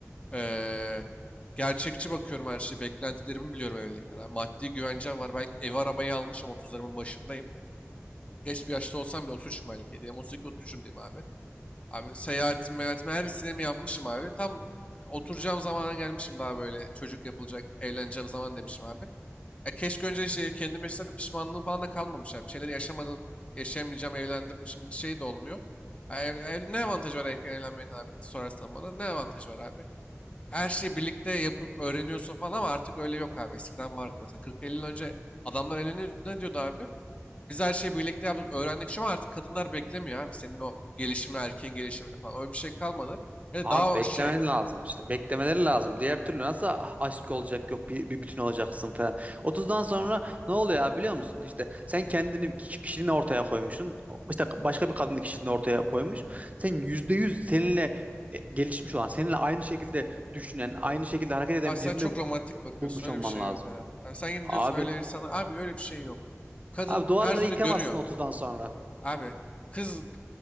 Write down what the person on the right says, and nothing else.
Abi
beklemen
lazım işte. Beklemeleri lazım. Diğer türlü nasıl a- aşk olacak yok bir, bir bütün olacaksın falan. Otuzdan sonra ne oluyor abi biliyor musun? İşte sen kendini ki- kişiliğini ortaya koymuşsun. İşte başka bir kadının kişiliğini ortaya koymuş. Sen %100 seninle e, gelişmiş olan, seninle aynı şekilde düşünen, aynı şekilde hareket eden
birini
e,
bulmuş
olman
lazım.
Abi
Abi duvarları
yıkamazsın
30'dan sonra.